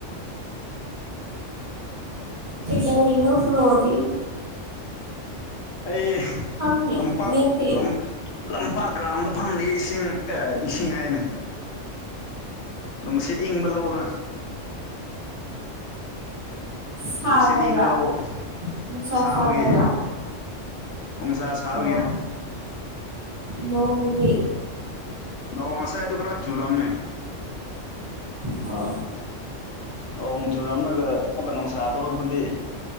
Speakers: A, on the right (about 40°); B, on the left (about 85°).
A: <inaudible> ꯀꯩꯗꯧꯔꯤꯅꯣ ꯄ꯭ꯔꯣꯗꯤ
B: ꯑꯩ
A: ꯐꯝꯃꯦ
B: ꯂꯝꯄꯥꯛ
A: ꯂꯦꯞꯄꯤ
B: ꯂꯝ ꯂꯝꯄꯥꯛ ꯒ꯭ꯔꯥꯎꯟꯗ ꯐꯝꯂꯤ ꯏꯁꯤꯡ ꯏꯁꯤꯡ ꯍꯥꯏꯅꯦ ꯅꯨꯡꯁꯤꯠ ꯏꯪꯕ ꯂꯧꯗꯨꯅ
A: ꯁꯥꯗꯕ꯭ꯔꯥ
B: ꯅꯨꯡꯁꯤꯠ ꯏꯪꯕ ꯂꯧ
A: ꯅꯨꯡꯁꯥ
B: ꯁꯥꯕꯒꯤ
A: ꯁꯥꯗꯕ꯭ꯔꯥ
B: ꯅꯨꯡꯁꯥ ꯁꯥꯕꯒꯤꯅꯦ
A: ꯑꯣ ꯅꯧꯔꯤ
B: ꯅꯣꯡ ꯉꯁꯥꯏꯗꯣ ꯈꯔ ꯆꯨꯔꯝꯃꯦ
A: ꯍ
B: ꯅꫭꯡ ꯆꯨꯔꯝꯃꯒ ꯑꯃꯒ ꯑꯃꯨꯛꯀ ꯅꯨꯡꯁꯥ ꯊꯣꯛꯔꯛꯄꯗꯤ